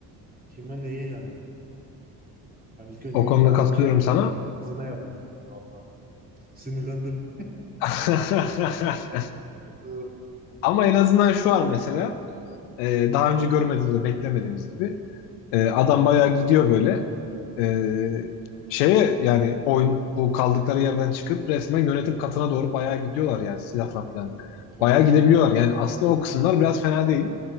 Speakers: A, on the right; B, on the left.
A: kime neye yani? Yani ilk önce
B: O
A: git
B: konuda
A: bir annene
B: katılıyorum
A: yardım
B: sana.
A: edecek, kızına yardım et. Allah Allah. Sinirlendim.
B: <laughs>
A: Ee,
B: Ama en azından şu var mesela. e, daha önce görmediğimiz, beklemediğimiz gibi. E, adam bayağı gidiyor böyle. Ee, şeye yani oyun bu kaldıkları yerden çıkıp resmen yönetim katına doğru bayağı gidiyorlar yani silahla falan.
A: Tabii
B: Bayağı
A: tabii.
B: gidebiliyorlar. Yani aslında o kısımlar biraz fena değil.